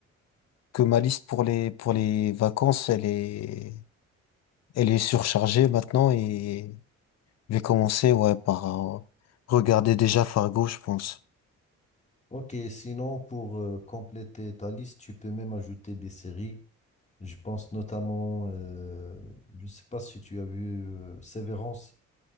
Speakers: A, on the left; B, on the left.
A: que ma liste pour les, pour les vacances, elle est, elle est surchargée maintenant et je vais commencer, ouais, par euh, regarder déjà Fargo, je pense.
B: Ok, sinon pour euh, compléter ta liste, tu peux même ajouter des séries. Je pense notamment, euh, je ne sais pas si tu as vu euh, Severance.